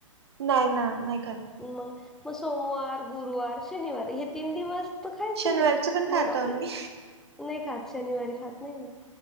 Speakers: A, on the right; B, in the centre.
A: नाही ना, नाही खातं.
B: मग मग सोमवार गुरुवार शनिवार हे तीन दिवस तर खायच
A: शनिवारचं
B: नाही,
A: पण
B: मग
A: खातो
B: आपले.
A: आम्ही
B: नाही खातं शनिवारी खात नाही ना,